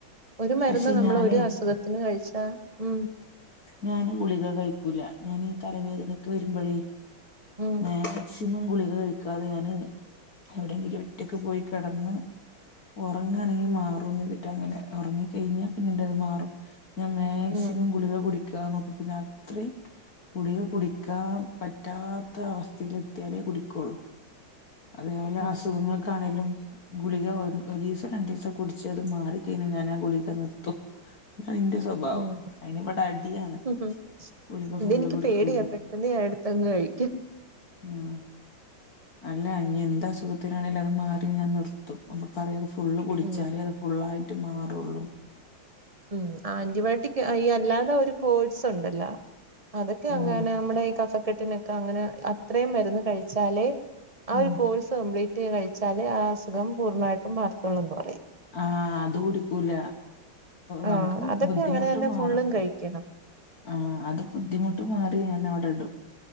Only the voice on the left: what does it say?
പക്ഷെ
ഞാനേ
ഞാന് ഗുളിക കഴിക്കൂല ഞാനീ തലവേദനക്കെ വരുമ്പഴേ
ഏഹ് മാക്സിമം ഗുളിക കഴിക്കാതെ ഞാന് എവിടെയങ്കിലും ഒറ്റക്ക പോയി കിടന്ന് ഉറങ്ങാണെങ്കി മാറും എന്ന്തിട്ട അങ്ങനെ ഉറങ്ങി കഴിഞ്ഞാ പിന്നെ ഇന്റെത് മാറും ഞാൻ മാക്സിമം
ഗുളിക കുടിക്കാതെ നോക്കും പിന്നെ അത്രിം ഗുളിക കുടിക്കാൻ പറ്റാത്ത അവസ്ഥയിലെത്തിയാലേ കുടിക്കെള്ളു അതേപോലെ
അസുഖങ്ങൾക്ക് ണേലും ഗുളിക ഒരീസം രണ്ടീസം കുടിച്ച് അത് മാറിക്കഴിഞ്ഞൽ ഞാൻ ആ ഗുളിക നിർത്തും അയിന്റെ സ്വഭാവം
ഇയ്നിവിടെ അടിയാണ്
ഗുളിക
ഫുള്ള് കുടിക്കൂല
ഉം നല്ല അ ഇനി എന്ത്സുഖത്തിനാണേലും അത് മാറി ഞാൻ നിർത്തും. അപ്പൊ പറയ അത് ഫുൾ കുടിച്ചാലേ
അത് ഫുള്ളായി ട്ട് മാറു ഒള്ളൂ
ആഹ്
ഉം
ആഹ് അത് കുടിക്കൂല
നമുക്ക്
ബുദ്ധിമുട്ട്
മാറാ
ആഹ് അത് ബുദ്ധിമുട്ട് മാറി ഞാൻ അവിടെ ഇടും